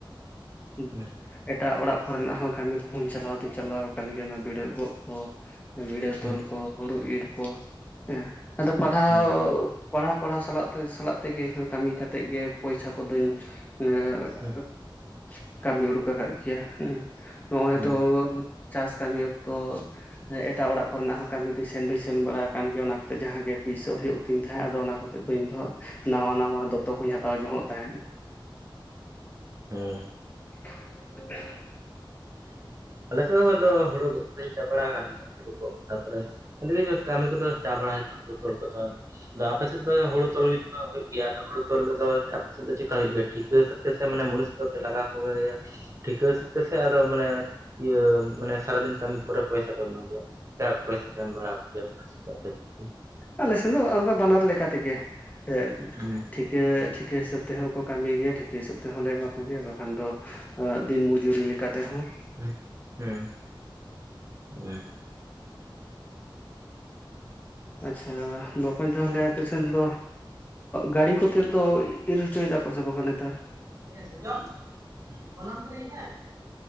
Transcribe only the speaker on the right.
ᱦᱩᱸ
ᱦᱩᱸ
ᱦᱩᱸ
ᱦᱩᱸ ᱦᱩᱸ
ᱦᱩᱸ
ᱦᱩᱸ
ᱟᱞᱮ ᱥᱮᱫ ᱦᱚᱸ ᱟᱫᱚ ᱦᱩᱲᱩ ᱜᱚᱜ ᱠᱚᱫᱚᱧ ᱪᱟᱵᱟ ᱟᱠᱟᱱ ᱜᱮᱭᱟ। ᱦᱩᱲᱩ ᱜᱚᱜ ᱠᱚ। ᱛᱟᱯᱚᱨᱮ <unintelligible> ᱠᱟᱹᱢᱤ ᱠᱚᱫᱚ ᱪᱟᱵᱟ ᱵᱟᱲᱟ ᱠᱟᱲᱟ, ᱦᱩᱲᱩ ᱛᱚᱞ ᱠᱚᱫᱚ। ᱟᱫᱚ ᱟᱯᱮ ᱥᱮᱫ ᱫᱚ ᱦᱩᱲᱩ ᱛᱚᱞ ᱦᱩᱭᱩᱜ ᱜᱮᱭᱟ। ᱟᱫᱚ ᱦᱩᱲᱩ ᱛᱚᱞ ᱨᱮᱫᱚ ᱟᱯᱮᱥᱮᱱ ᱫᱚ ᱪᱮᱫᱠᱟ ᱦᱩᱭᱩᱜ ᱜᱮᱭᱟ, ᱴᱷᱤᱠᱟᱹ ᱥᱟᱹᱛ ᱛᱮ ᱥᱮ, ᱢᱟᱱᱮ ᱢᱩᱱᱤᱥ ᱫᱚ ᱯᱮ ᱞᱟᱜᱟᱣ ᱠᱚᱜᱮᱭᱟ? ᱴᱷᱤᱠᱟᱹ ᱥᱟᱹᱛ ᱛᱮ ᱥᱮ? ᱟᱨᱚ ᱢᱟᱱᱮ ᱤᱭᱟᱹ ᱢᱟᱱᱮ ᱥᱟᱨᱟ ᱫᱤᱱ ᱠᱟᱹᱢᱤ ᱯᱚᱨᱮ ᱯᱚᱭᱥᱟ ᱠᱚ ᱮᱢᱟ ᱯᱮᱭᱟ? <unintelligible> ᱮᱢ ᱵᱟᱲᱟ <unintelligible>
ᱦᱩᱸ
ᱦᱮᱸ, ᱦᱮᱸ ᱦᱮᱸ।
<unintelligible>